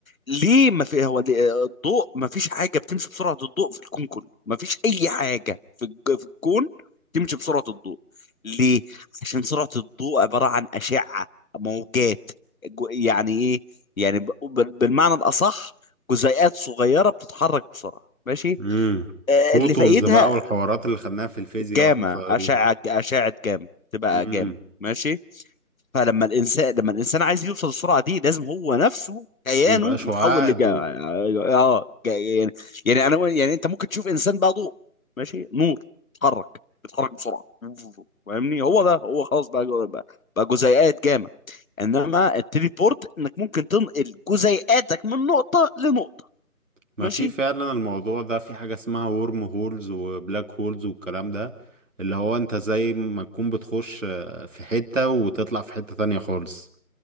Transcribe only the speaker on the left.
ليه ما في هو ليه- الضوء ما فيش حاجه بتمشي بسرعه الضوء في الكون كله ما فيش اي حاجه في الج- في الكون تمشي بسرعه الضوء ليه عشان سرعه الضوء عباره عن اشعه موجات جو- يعني ايه يعني ب- ب- بالمعنى الاصح جزيئات صغيره بتتحرك بسرعه ماشي
آه،
اللي فايدها
جاما
اشعه اشعه جاما تبقى
جاما ماشي فلما الانسان لما الانسان عايز يوصل للسرعه دي لازم هو نفسه كيانه
يتحول لج
اه ج- يعني يعني انا يعني انت ممكن تشوف انسان بقى ضوء ماشي نور بيتحرك بيتحرك بسرعه فاهمني هو ده هو خلاص بقى جو- بقى, بقى جزيئات جامع انما التليبورت انك ممكن تنقل جزيئاتك من نقطه لنقطه
ماشي